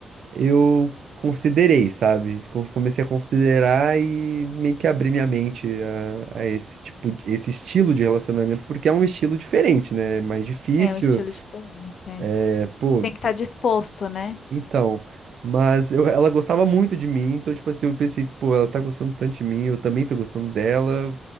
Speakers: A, on the right; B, on the left.
A: eu considerei, sabe? Co- Comecei a considerar e meio que abri minha mente a, a esse tipo, de- esse estilo de relacionamento, porque é um estilo diferente, né? É Mais difícil,
B: É um estilo diferente, é.
A: é, pô,
B: Tem que estar disposto, né?
A: então. Mas eu- ela gostava muito de mim, então, tipo assim, eu pensei, pô, ela tá gostando tanto de mim, eu também tô gostando dela,